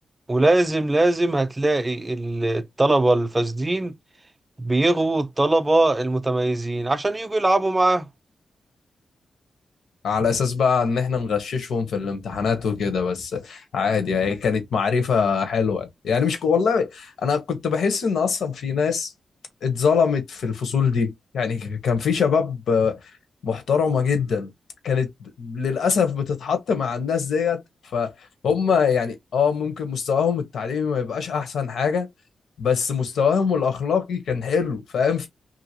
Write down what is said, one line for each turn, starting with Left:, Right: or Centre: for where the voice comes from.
Right: ولازم لازم هتلاقي ال- الطلبة الفاسدين بيغوا الطلبة المتميزين عشان يجوا يلعبوا معاهم
Left: على اساس بقى ان احنا نغششهم في الامتحانات وكده بس عادي يعني كانت معرفة حلوة يعني مش ك- والله انا كنت بحس ان اصلا في ناس اتظلمت في الفصول دي يعني كان في شباب آه، محترمة جدا كانت للأسف بتتحط مع الناس ديت فهم يعني اه ممكن مستواهم التعليمي ما يبقاش احسن حاجة بس مستواهم الاخلاقي كان حلو فاهم